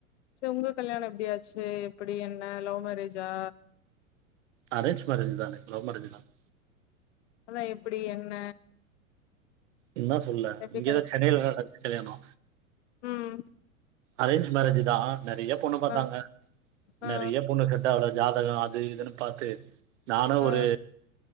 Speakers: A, on the left; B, on the right.
A: செரி உங்க கல்யாணம் எப்டியாச்சு எப்டி என்ன லவ் மேரேஜா
B: அரேஞ் மேரேஜ்தாங் லவ் மேரேஜ்லால்ல
A: அதா எப்டி என்ன
B: என்ன சொல்ல
A: எப்டி
B: இங்கதா சென்னைலதா நடஞ்சு கல்யாணோ
A: உம்
B: அரேஞ்ச் மேரேஜுதா நெறய பொண்ணு பாத்தாங்க
A: ஆ ஆ
B: நெறய பொண்ணு செட் ஆவள ஜாதகோ அது இதுன்னு பாத்து நானு
A: ஆ
B: ஒரு